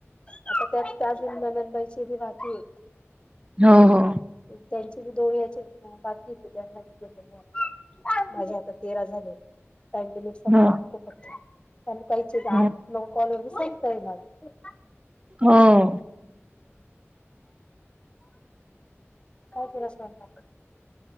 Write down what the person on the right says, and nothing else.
हो हो.
हो
हो.
हम्मं